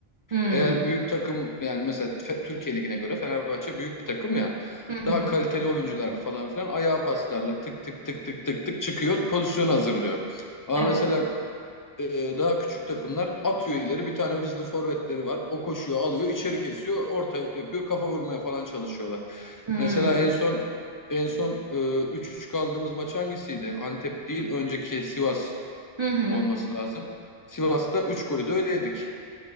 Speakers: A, on the right; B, on the left.
A: Hmm.
B: Eğer büyük takım yani mesela Fe- Türkiye Ligi'ne göre Fenerbahçe büyük bir takım ya.
A: Hı hı.
B: Daha kaliteli oyuncular falan filan ayağa paslarla tık tık tık tık tık tık çıkıyor pozisyon hazırlıyor. Ama
A: Evet.
B: mesela e, daha küçük takımlar atıyor ileri. Bir tane hızlı forvetleri var. O koşuyor, alıyor, içeri kesiyor, orta yapıyor, kafa vurmaya falan çalışıyorlar.
A: Hmm.
B: Mesela en son en son e, 3-3 kaldığımız maç hangisiydi? Antep değil, önceki Sivas
A: Hı hı.
B: olması lazım. Sivas'ta 3 golü de öyle yedik.